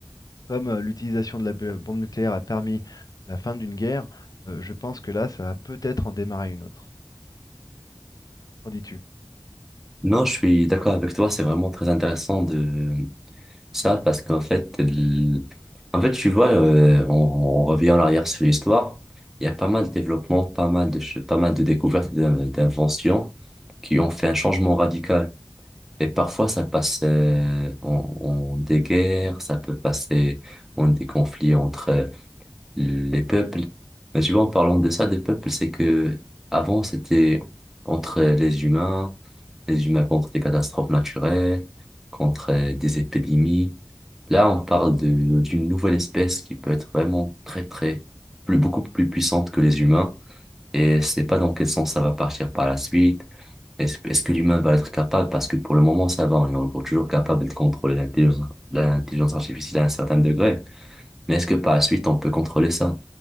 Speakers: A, on the left (about 55°); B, in the centre.
A: comme euh, l'utilisation de la bu- bombe nucléaire a permis la fin d'une guerre, euh, je pense que là, ça va peut-être en démarrer une autre. Qu'en dis-tu?
B: Non, je suis d'accord avec toi. C'est vraiment très intéressant de, Ça, parce qu'en fait, l- en fait, tu vois, euh, on, on revient en arrière sur l'histoire. Il y a pas mal de développements, pas mal de, ch- pas mal de découvertes, et d'in- d'inventions qui ont fait un changement radical. Et parfois, ça passe euh, en, en des guerres, ça peut passer en des conflits entre les peuples. Mais tu vois, en parlant de ça, des peuples, c'est que avant, c'était entre les humains, les humains contre des catastrophes naturelles, contre euh, des épidémies. Là, on parle de, d'une nouvelle espèce qui peut être vraiment très, très, plus, beaucoup plus puissante que les humains. Et c'est pas dans quel sens ça va partir par la suite. Est-ce, est-ce que l'humain va être capable? Parce que pour le moment, ça va. On est encore toujours capable de contrôler l'intelligence, l'intelligence artificielle à un certain degré. Mais est-ce que par la suite, on peut contrôler ça?